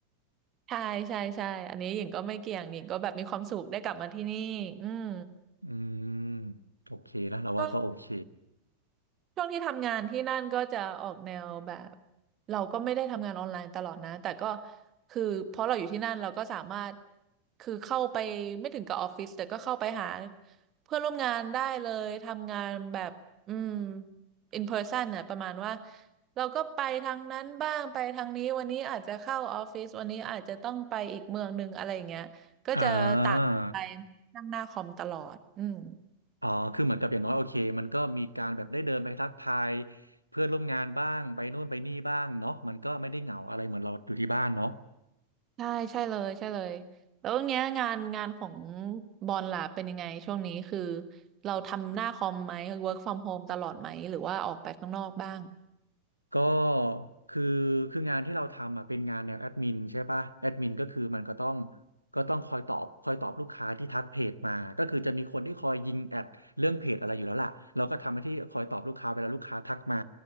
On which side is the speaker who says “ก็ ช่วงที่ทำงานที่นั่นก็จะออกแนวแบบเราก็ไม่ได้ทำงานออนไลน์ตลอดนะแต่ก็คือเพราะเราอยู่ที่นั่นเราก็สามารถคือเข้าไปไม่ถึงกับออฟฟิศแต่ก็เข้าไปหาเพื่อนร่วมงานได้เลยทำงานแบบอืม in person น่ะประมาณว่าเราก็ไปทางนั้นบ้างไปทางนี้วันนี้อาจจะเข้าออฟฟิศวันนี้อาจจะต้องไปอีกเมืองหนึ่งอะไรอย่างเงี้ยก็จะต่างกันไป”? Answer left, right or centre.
Right